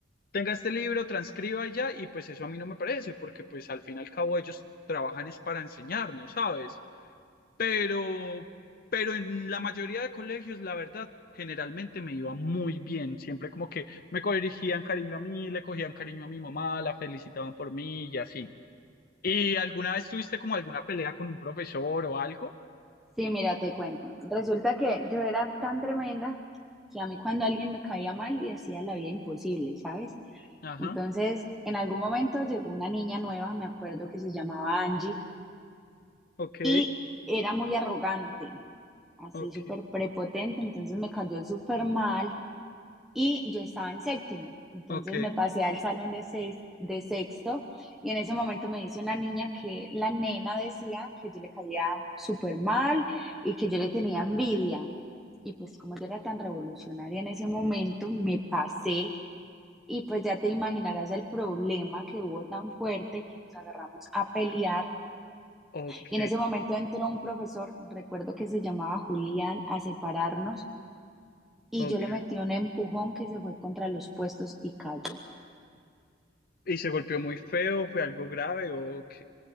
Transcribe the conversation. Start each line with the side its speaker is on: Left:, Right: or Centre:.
Left: tenga este libro, transcriba y ya, y pues eso a mí no me parece, porque pues al fin y al cabo ellos trabajan es para enseñarnos, ¿sabes? Pero, pero en la mayoría de colegios, la verdad, generalmente me iba muy bien, siempre como que me corrigían cariño a mí, le cogían cariño a mi mamá, la felicitaban por mí y así. ¿Y alguna vez tuviste como alguna pelea con un profesor o algo?
Centre: Sí, mira, te cuento. Resulta que yo era tan tremenda que a mí cuando alguien me caía mal le hacía la vida imposible, ¿sabes?
Left: Ajá,
Centre: Entonces, en algún momento llegó una niña nueva, me acuerdo que se llamaba Angie,
Left: ok,
Centre: Y era muy arrogante, así
Left: ok,
Centre: súper prepotente, entonces me cayó súper mal y yo estaba en séptimo. Entonces
Left: ok,
Centre: me pasé al salón de, seis- de sexto y en ese momento me dice una niña que la nena decía que yo le caía súper mal y que yo le tenía envidia. Y pues como yo era tan revolucionaria en ese momento, me pasé y pues ya te imaginarás el problema que hubo tan fuerte que nos agarramos a pelear
Left: ok,
Centre: y en ese momento entró un profesor, recuerdo que se llamaba Julián, a separarnos y
Left: ok.
Centre: yo le metí un empujón que se fue contra los puestos y cayó.
Left: ¿Y se golpeó muy feo? ¿Fue algo grave o ok?